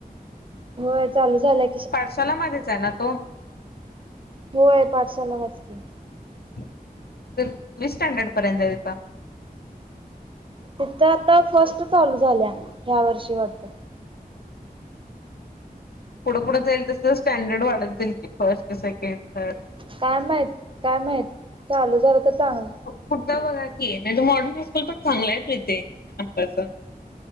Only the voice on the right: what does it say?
व्हय चालू झालंय
होय पाठशाळालाच की.
तिथं आता फर्स्ट चालू झाल्या ह्या वर्षी वाटत.
काय माहीत काय माहीत चालू झाल तर चांगलं.